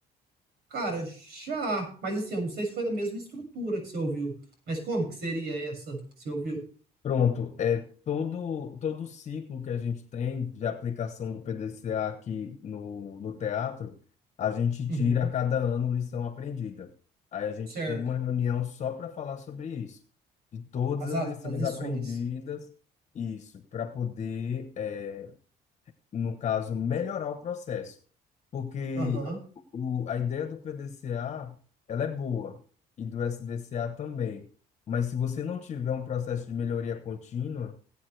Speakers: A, on the right (about 70°); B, on the left (about 45°).
A: Cara, já. Mas assim, eu não sei se foi da mesma estrutura que você ouviu. Mas como que seria essa que você ouviu?
B: Pronto, é todo todo o ciclo que a gente tem de aplicação do PDCA aqui no, no teatro, a gente
A: Uhum.
B: tira a cada ano lição aprendida. Aí a gente
A: Certo.
B: tem uma reunião só para falar sobre isso, de todas
A: As,
B: as
A: a-
B: lições
A: as lições.
B: aprendidas, isso, para poder eh, no caso, melhorar o processo. Porque
A: Aham.
B: o, a ideia do P D C A ela é boa, e do S D C A também. Mas se você não tiver um processo de melhoria contínua,